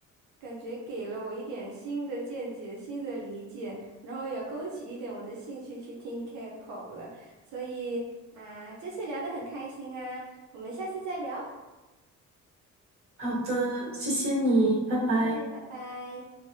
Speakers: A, on the right; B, on the right.
A: 感觉给了我一点新的见解、新的理解，然后也勾起一点我的兴趣去听 K-pop 了。所以啊、这次聊的很开心啊，我们下次再聊，
B: 好的，谢谢你，拜拜。
A: 再见，拜拜。